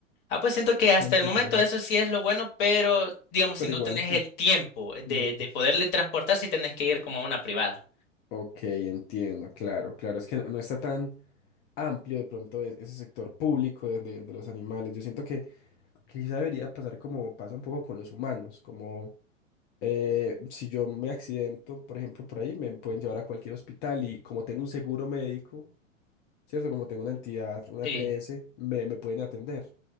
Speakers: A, on the left; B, on the left.
A: Ah, pues siento que hasta
B: Complicado.
A: el momento eso sí es lo bueno, pero digamos,
B: Pero
A: si no
B: igual,
A: tenés
B: mm,
A: el tiempo de,
B: mm,
A: de poderle transportar, si tenés que ir como a una privada.
B: ok, entiendo, claro, claro, es que no no está tan... amplio de pronto e- ese sector público de, de- de los animales. Yo siento que quizá debería pasar como pasa un poco con los humanos, como eh, si yo me accidento, por ejemplo, por ahí, me pueden llevar a cualquier hospital y como tengo un seguro médico, ¿cierto? Como tengo una entidad, una
A: Sí,
B: EPS, me, me pueden atender.